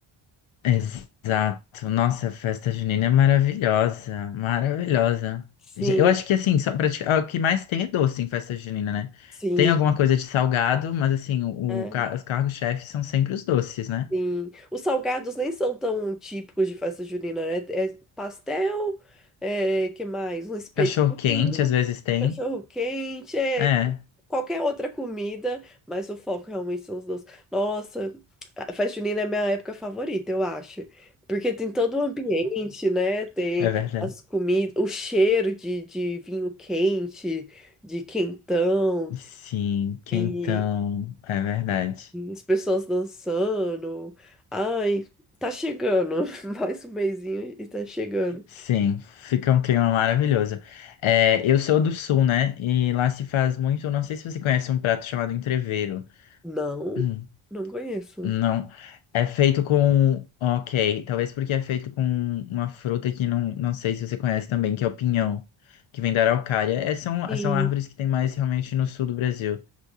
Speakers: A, on the left; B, in the centre.
A: exato. Nossa, a festa junina é maravilhosa, maravilhosa.
B: Sim,
A: Já- Eu acho que assim, só pra te- ah, o que mais tem é doce em festa junina, né?
B: sim.
A: Tem alguma coisa de salgado, mas assim, o,
B: é.
A: o ca- os cargos-chefes são sempre os doces, né?
B: Sim. Os salgados nem são tão típicos de festa junina, né? É pastel, é, que mais? Um espetinho,
A: Cachorro-quente às vezes tem.
B: cachorro-quente, é
A: É,
B: qualquer outra comida, mas o foco realmente são os doces. Nossa, a festa junina é minha época favorita, eu acho. Porque tem todo o ambiente, né? Tem
A: é verdade.
B: as comidas, o cheiro de, de vinho quente, de quentão.
A: Sim, quentão,
B: E
A: é verdade.
B: as pessoas dançando. Ai, tá chegando. <laughs> Mais um mesinho e tá chegando.
A: Sim, fica um clima maravilhoso. É, eu sou do sul, né? E lá se faz muito. Não sei se você conhece um prato chamado entrevero. <clears throat>
B: Não,
A: Hum,
B: não conheço.
A: Não. É feito com. Ok, talvez porque é feito com uma fruta que não, não sei se você conhece também, que é o pinhão, que vem da araucária. É, são,
B: Sim.
A: são árvores que tem mais realmente no sul do Brasil.